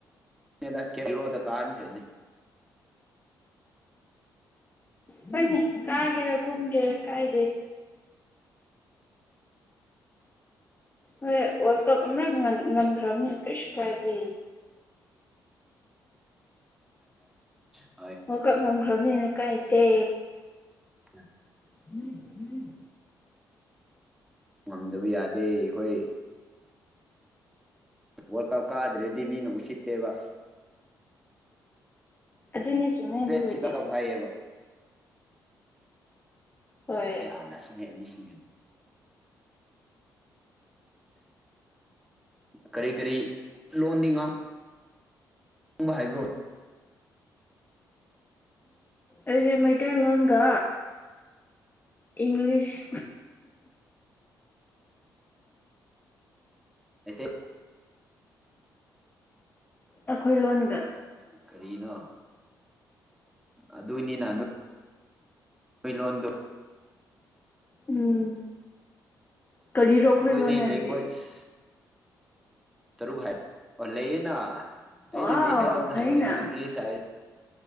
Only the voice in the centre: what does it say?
ꯗ ꯀꯦꯕꯤꯔꯣꯗ ꯀꯥꯍꯟꯈ꯭ꯔꯦꯅꯦ
ꯑꯦ
ꯑ
ꯉꯝꯗꯕ ꯌꯥꯗꯦ ꯑꯩꯈꯣꯏ ꯋꯥꯔꯜ ꯀꯞ ꯀꯥꯗ꯭ꯔꯦꯗꯤ ꯃꯤꯅ ꯎꯁꯤꯠꯇꯦꯕ
ꯄ꯭ꯔꯥꯏꯚꯦꯠ ꯈꯤꯇ ꯀꯞ ꯍꯥꯏꯌꯦꯕ
ꯥꯟꯅ ꯁꯨꯡꯉꯛꯑꯦ ꯃꯤꯁꯤꯅꯦ ꯑꯗꯨ ꯀꯔꯤ ꯀꯔꯤ ꯂꯣꯟꯗꯤ ꯉꯥꯡ ꯈꯪꯕ ꯍꯥꯏꯕ꯭ꯔꯣ
ꯑꯠꯇꯣ
ꯀꯔꯤꯅꯣ ꯑꯗꯨꯅꯤꯅ ꯃ ꯂꯂꯣꯟꯗ
ꯑꯩꯈꯣꯏꯗꯤ
ꯂꯦꯡꯒ꯭ꯋꯦꯖ ꯇꯔꯨꯛ ꯍꯥꯏ ꯑꯣ ꯂꯩꯌꯦꯅ ꯑꯩꯗꯤ
ꯃꯩꯇꯩꯂꯣꯟ
ꯍꯥꯏꯌꯦ ꯏꯪꯂꯤꯁ ꯍꯥꯏꯔꯦ